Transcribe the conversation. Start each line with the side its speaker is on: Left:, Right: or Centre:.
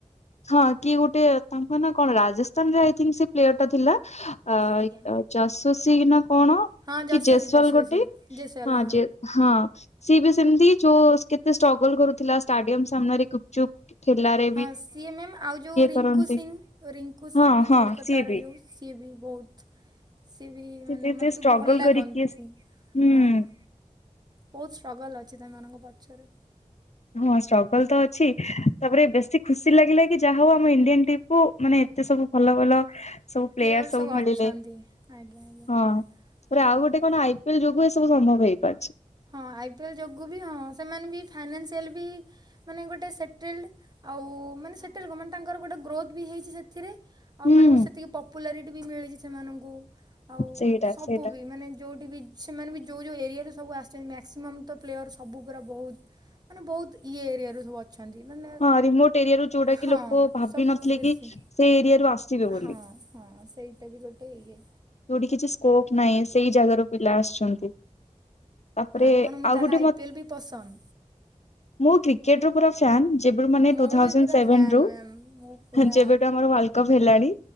Left: ହଁ କି ଗୋଟେ ତାଙ୍କ ନା କଣ ରାଜସ୍ତାନ ଜାଇଥିଲି ସେ ପ୍ଲେୟର ଟା ଥିଲା। ଆଇ
Right: ଆଜ୍ଞା
Left: ଆ ଚାଷୋସି ନା କଣ?
Right: ହଁ
Left: କି
Right: ଯଶସ୍ୱୀ
Left: ଜେସ୍ୱାଲ
Right: ଯଶସ୍ୱୀ
Left: ଗୋଟେ
Right: ଜୟସୱାଲା
Left: ହଁ ଜେ ହଁ। ସିଏ ବି ସେମିତି ଯୋସ୍ କେତେ ଷ୍ଟ୍ରଗଲ୍ କରୁଥିଲା ଷ୍ଟାଡିୟମ ସାମ୍ନାରେ ଗୁପ ଚୁପ୍ ଠେଲାରେ।
Right: ହଁ ସିଏ ମ୍ୟାମ୍ ଆଉ ଯୋଉ ରିଙ୍କୁ
Left: କରନ୍ତି
Right: ସିଂ ରିଙ୍କୁ ସିଂ
Left: ହଁ
Right: ବି
Left: ହଁ
Right: କଲକତାର
Left: ସିଏ ବି
Right: ଯୋଉ। ସିଏ ବି ବହୁତ୍। ସିଏ ବି
Left: ସେ
Right: ମାନେ
Left: ଏତେ
Right: ମତେ ବି
Left: ଷ୍ଟ୍ରଗଲ
Right: ଭଲ ଲାଗନ୍ତି
Left: କରିକି ହୁଁ
Right: ହଁ। ବହୁତ୍ ଷ୍ଟ୍ରଗଲ୍ ଅଛି ତାମାନଙ୍କ ପଛରେ।
Left: ହଁ ଷ୍ଟ୍ରଗଲ ତ ଅଛି ତାପରେ ବେଶୀ ଖୁସି ଲାଗିଲା କି ଯାହା ହଉ ଆମ ଇଣ୍ଡିଆନ୍ ଟିପ୍ କୁ ମାନେ ଏତେ ସବୁ ଭଲ ଭଲ ସବୁ
Right: ପ୍ଲେୟର୍
Left: ପ୍ଲେୟାର ସବୁ
Right: ଅଛନ୍ତି
Left: ମିଳିଲେ
Right: ଆଜ୍ଞା ଆଜ୍ଞା।
Left: ଅଁ।
Right: ହଁ
Left: ପୁରା ଆଉ ଗୋଟେ କଣ ଆଇ ପି ଏଲ୍ ଯୋଗୁ ଏ ସବୁ ସମ୍ଭବ ହେଇପାରୁଛି।
Right: ହଁ ଆଇ ପି ଏଲ୍ ଯୋଗୁ ବି ହଁ ସେମାନେ ବି ଫାଇନାନ୍ସିଆଲ୍ ବି ମାନେ ଗୋଟେ ସେଟେଲ୍ଡ୍ ଆଉ ମାନେ ସେଟେଲେ ଗ ମାନ୍ ତାଙ୍କର ଗୋଟେ ଗ୍ରୋଥ୍ ବି ହେଇଚି ସେଥିରେ
Left: ହଁ।
Right: ଆଉ ମାନେ <unintelligible> ସେତିକି ପ ପୁଲାରିଟି ବି ମିଳିଚି ସେମାନଙ୍କୁ ଆଉ
Left: ସେଇଟା
Right: ସବୁ
Left: ସେଇଟା
Right: ବି ମାନେ ଯୋଉଠି ବି ସେମାନେ ବି ଯୋଉ ଯୋଉ ଏରିଆରେ ସବୁ ଆସ୍ ସେମି ମ୍ୟାକ୍ସିମମ୍ ତ ପ୍ଲେୟର ସବୁ ପୁରା ବହୁଦ୍ ମାନେ ବହୁତ୍ ଇଏ ଏରିଆରୁ ସବୁ ଅ ଛନ୍ତି ମାନେ
Left: ହଁ ରିମୋଟ ଏରିଆରୁ ଯୋଉଟା କି
Right: ହଁ
Left: ଲୋକ ଭାବି
Right: ସବୁ
Left: ନଥିଲେ
Right: ବେଶୀ।
Left: କି ସେ ଏରିଆରୁ ଆସିବେ ବୋଲି
Right: ହଁ ହଁ ସେଇଟା ବି ଗୋଟେ ଇଏ।
Left: ଯୋଉଠି କିଛି ସ୍କୋପ୍ ନାଇ ସେଇ ଜାଗାରୁ ପିଲା ଆସିଚନ୍ତି। ତାପରେ
Right: ଆପଣଙ୍କୁ
Left: ଆଉ
Right: ତାହେଲେ
Left: ଗୋଟେ
Right: ଆଇ
Left: ମତ୍
Right: ପି ଏଲ୍ ବି ପସନ୍ଦ?
Left: ମୁ କ୍ରି କେଟ୍ ର ପୁରା ଫ୍ୟାନ୍ ଯେବେରୁ ମାନେ
Right: ମୁଁ
Left: ଟୁ ଥାଉଜେନ୍
Right: ବି ପୁରା
Left: ସେଭେନ୍
Right: ଫ୍ୟାନ୍
Left: ରୁ।
Right: ମ୍ୟାମ୍ ମୁଁ ପୁରା
Left: ଯେବେଠୁ ଆମର ୱାଲ୍ କପ୍ ହେଲାଣି